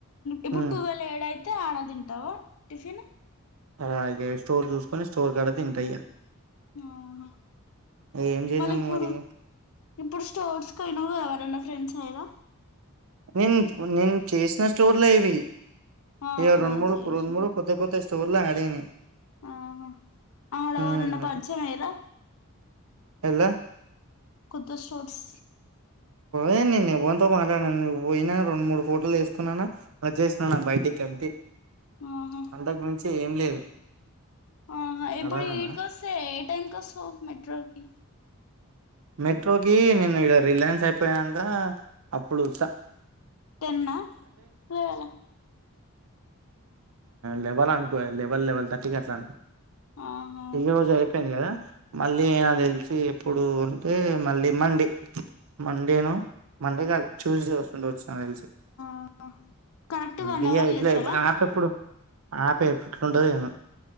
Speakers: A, on the left; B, on the right.
A: ఇప్పుడు
B: ఉమ్,
A: ట్వోవెల్ ఏడయితే ఆడ తింటావ టిఫిన్
B: అలాగే స్టోర్ చూసుకొని స్టోర్ కడ తింటా ఇగ
A: అవునా
B: ఏం చేసాం
A: మళ్ళ ఇప్పుడు
B: మరి ఇక?
A: ఇప్పుడు స్టోర్స్కియిన ఎవరన్నా ఫ్రెండ్స్ లేరా
B: నేను నేను చేసిన స్టోర్లో ఇవి
A: ఆహా
B: ఇగ రొండు మూడు
A: చేసిన
B: రొండు మూడు కొత్త స్టోర్ లు యాడ్ అయినాయి
A: ఆహా అడఎవరన్న
B: ఉమ్, అట్లా
A: పరిచయం అయినారా
B: ఎలా
A: కొత్త స్టోర్స్
B: ఏ నేను ఎవ్వనితో మాట్లాడనను పోయినా రెండు మూడు ఫోటోలు వేసుకున్నానా వచ్చేస్తున్నాన బయటికి అంతే
A: ఆహా
B: అంతకు మించి ఏం లేదు
A: ఆహా ఇప్పుడు
B: అర్థం అయిందా
A: ఈడికి వస్తే ఏ టైం కాస్తవ్ మెట్రోకి
B: మెట్రోకి నేను ఇగా రిలయన్స్ అయిపోయాక అప్పుడుస్త
A: టెన్ హా ఎలెవన్ హా
B: లెవెల్ అనుకో లేవెల్ లెవెల్ తటికట్లానుకో
A: ఆహా
B: ఈ రోజు అయిపోయింది కదా మళ్ళీ నాకు తెలిసిి ఎప్పుడు అంటే మళ్ళీ మండే మండేను మండే కాదు ట్యూస్డే వస్తుంటే వచ్చిన తెలిసి
A: ఆ కరెక్ట్ వన్
B: బి
A: అవర్
B: ఇట్లా
A: చేస్తావా
B: ఆప ఎప్పుడు ఆప ఎప్పుడుండదిను